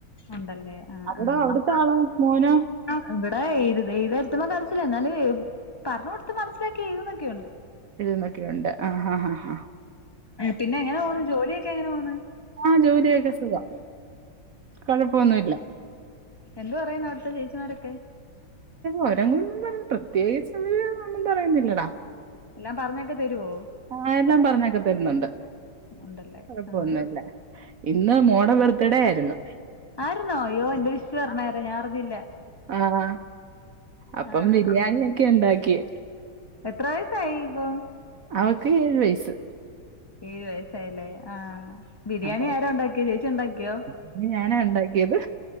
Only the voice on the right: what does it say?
അവിട അവിടുത്തെ ആളോ മോനോ?
എഴുതുന്നൊക്കെയുണ്ട് ആഹ് ഹാ ഹാ ഹാ
ആ ജോലിയൊക്കെ സുഖാ കുഴപ്പൊന്നുല്ല.
അവരെങ്കും ഒന്നും പറയ പ്രത്യേകിച്ച് അവര് ഒന്നും പറയുന്നില്ലടാ.
ആ എല്ലാം പറഞ്ഞേക്കെ തരുന്നുണ്ട്
കൊഴപ്പൊന്നുല്ല.
ഇന്ന് മോൾടെ ബർത്ത്ഡേ ആയിരുന്നു.
ആഹ്. അപ്പം
ബിരിയാണിയൊക്കെ ഉണ്ടാക്കി.
അവക്ക് ഏഴ് വയസ്സ്.
അപ്പൊ
അതിന് ഞാനാ ഉണ്ടാക്കിയത്.